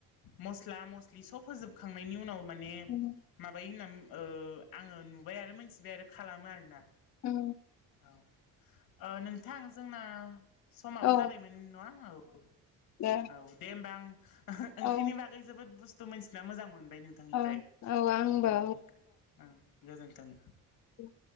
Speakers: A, on the left; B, on the left.
A: मस्ला मस्लि सब होजोबखांनायनि उनाव माने
B: उम
A: माबायो होनना ओ आङो नुबाय आरो मोनथिबाय आरो खालामो आरोना
B: औ
A: औ ओ नोंथां जोंना समाबो
B: औ
A: जाबायमोन नङा औ
B: दे
A: औ दे होमबा आं ओंख्रिनि
B: औ
A: बागै जोबोद बुस्थु मोनथिना मोजां मोन ओमफ्राय नोंथांनिफ्राय
B: औ औ आंबो
A: औ औ गोजोन्थों
B: औ <unintelligible>